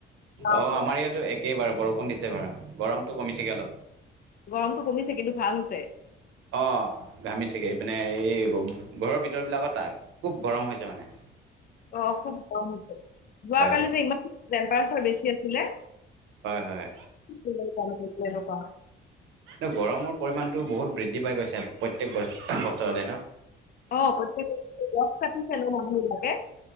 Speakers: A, on the left (about 50°); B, on the right (about 85°).
A: <unintelligible>
B: অঁ আমাৰ এইয়াতো এ একেই বাৰু বৰষুণ দিছে বাৰু গৰমটো কমিছেগৈ অলপ।
A: গৰমটো কমিছে কিন্তু ভাল হৈছে।
B: অঁ' ঘামিছেগে, এইপিনে এই ঘৰৰ ভিতৰ বিলাকত তাক খুব গৰম হৈছে মানে।
A: <unintelligible> অঁ' খুব গৰম হৈছে। যোৱকালি
B: হয়
A: যে ইমান টেম্পাৰচাৰ বেছি আছিলে।
B: হয় হয়।
A: <unintelligible>
B: মানে গৰমৰ পৰিমাণটো বহুত বৃদ্ধি পাই গৈছে প্ৰত্যেক বছৰতে ন'।
A: অঁ', প্ৰতেক বছৰে, গছ কাটিছে বহুত মানুহ বিলাকে।